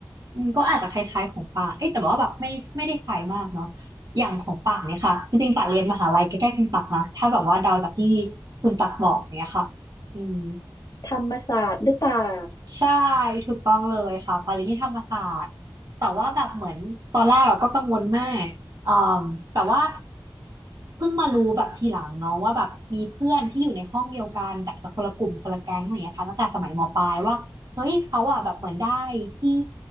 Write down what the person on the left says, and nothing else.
ธรรมศาสตร์หรือเปล่า